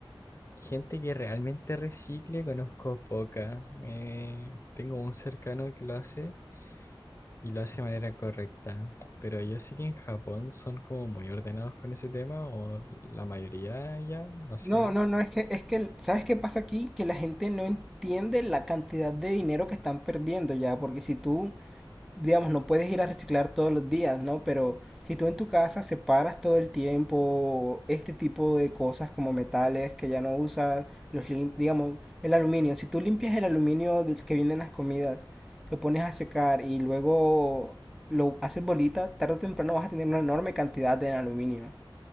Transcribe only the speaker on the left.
Gente que realmente recicle conozco poca. Eh, tengo un cercano que lo hace y lo hace de manera correcta. Pero yo sé que en Japón son como muy ordenados con ese tema o la mayoría ya, no sé.